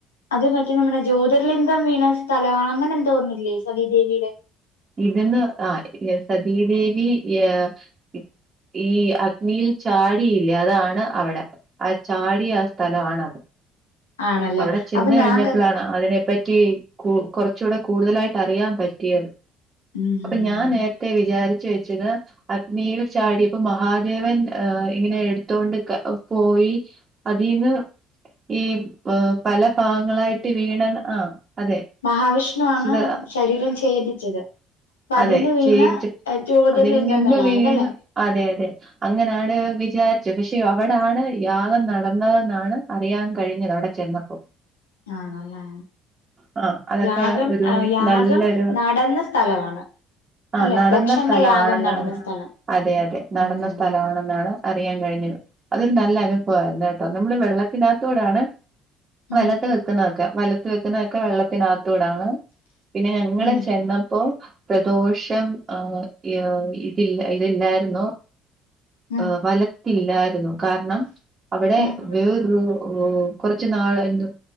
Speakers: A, on the left (about 85°); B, on the right (about 35°).
A: അത് മറ്റേ നമ്മുടെ ജ്യോതിർലിംഗം വീ ണതലവ അങ്ങനെ എന്തോ ഇല്ലേ സതി ദേവിയുടെ
B: ഇതിന്ന് ആ സതീദേവി യേഹ് ഇ അഗ്നിയിൽ ചാടിയില്ല് യതാണ് അവിടെ ആ ചാടി ഈ ആ സ്ഥലാണ് അത്
A: ആണല്ലേ
B: അവിടെ ചെന്ന്
A: അപ്പൊ
B: കഴിഞ്ഞപ്പലാണ്
A: ഞാൻ കരു
B: അതിനെ പറ്റി റ്റി കു കുറച്ചൂടെ കൂടുതലായി അറിയാൻ പറ്റിയത്
A: അത്
B: പ്പോ ഞാൻ നേരത്തെ വിചാരിച്ച് വെച്ചത് അഗ്നിയിൽ ചാടിയപ്പോ മഹാദേവന്റെ ഹേ ഇങ്ങനെ എടുത്തോണ്ട് പോയി അതീന്ന് ഈ പല ഭാഗങ്ങളായിട്ട് വീണ് ആ അതെ
A: മഹാവിഷ്ണുവാണ്
B: സുട് അ
A: ശരീരം ഛേദിച്ചത് പതിന്ന്
B: അതെ
A: വീണ
B: ചേടിച്ചിട്ട്
A: ജ്യോതിർലിംഗങ്ങളായതല്ലേ
B: അതിൽ നിന്ന് വീണ് അതെ അതെ അങ്ങനാണ് വി യാച് പക്ഷെ അവടാണ് യാഗം നടന്നതെന്നാണ് അറിയാൻ കഴിഞ്ഞത് അവിടെ ചെന്നപ്പോ
A: ആണല്ലേ
B: ആ അതൊക്കെ
A: യാഗം
B: ഒരു
A: യാഗം
B: നല്ലൊരു
A: നടന്ന സ്ഥലമാണ്അല്ലെ
B: ആഹ് നടന്ന
A: ദക്ഷന്റെ
B: സ്ഥലമാണെന്നാ
A: യാഗം നടന്ന
B: പറഞ്ഞെ
A: സ്ഥലം
B: അതെ അതെ നടന്ന
A: ഉം
B: സ്ഥലമാണെന്നാണ് അറിയാൻ കഴിഞ്ഞത് അതൊരു നല്ല അനുഭവായിരുന്നു ട്ടോ നമ്മള് വെള്ളത്തിനാത്തൂടാണ്
A: ഉം
B: നെലത്ത് നിക്ക്ന്നതൊക്കെ വലത്ത് വെക്കുന്നതൊക്കെ വെള്ള അതിനകത്തൂടാണ് പിന്നെ ഞങ്ങള്
A: ഉം
B: ചെന്നപ്പോ പ്രദോഷം ആ ഏ ഇതില്ല ഇല്ലായിരുന്നു
A: ഉം
B: ത് നൊ ഏ വലത്തില്ലായിരുന്നു കാരണം അവിടെ
A: ഉം
B: വെറു ഒ കൊറച്ച് നാളായിരുന്നു